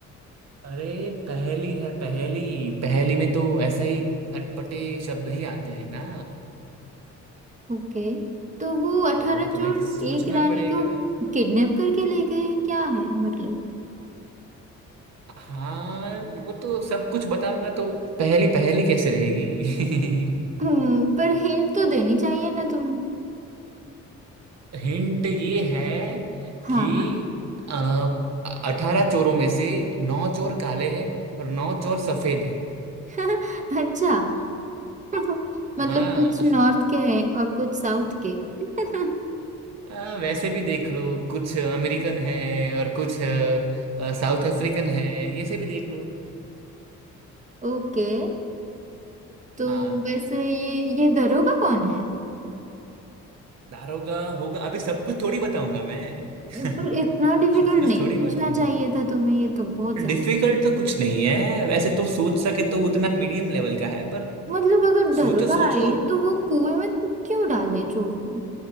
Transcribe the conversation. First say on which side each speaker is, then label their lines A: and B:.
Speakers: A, on the right; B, on the right.
A: अरे पहेली है पहेली पहेली में तो ऐसा ही अटपटे शब्द ही आते हैं ना
B: ओके तो वो अठारह
A: तो वो तुम्हें
B: चोर
A: सोचना
B: एक रानी
A: पड़ेगा
B: को किडनैप करके ले गए क्या है मतलब
A: हाँ वो तो सब कुछ बताऊंगा तो पहेली पहेली कैसे रहेगी <laughs>
B: हम्म पर हिंट तो देनी चाहिए ना तुम्हें
A: हिंट ये है
B: हाँ
A: कि अठारह चोरों में से नौ चोर काले हैं और नौ चोर सफेद है
B: <laughs> अच्छा <laughs> मतलब
A: हाँ
B: कुछ नॉर्थ के हैं और कुछ साउथ के <laughs>
A: आ, वैसे भी देख लो कुछ अमेरिकन है और कुछ साउथ अफ्रीकन है ये से भी देख लो
B: ओके तो
A: हाँ
B: वैसे ये ये दरोगा कौन है
A: दारोगा होगा अभी सब कुछ थोड़ी बताऊंगा मैं
B: ये- पर
A: <laughs>
B: इतना डिफिकल्ट
A: सब कुछ
B: नहीं
A: थोड़ी
B: पूछना
A: बताऊंगा
B: चाहिए था तुम्हें ये तो बहुत ज्यादा
A: डिफिकल्ट तो कुछ नहीं है वैसे तो सोच सके तो उतना मीडियम लेवल का है पर
B: मतलब अगर दरोगा
A: सोचो सोचो
B: आए तो वो कुएं में तो क्यों डाले चोर को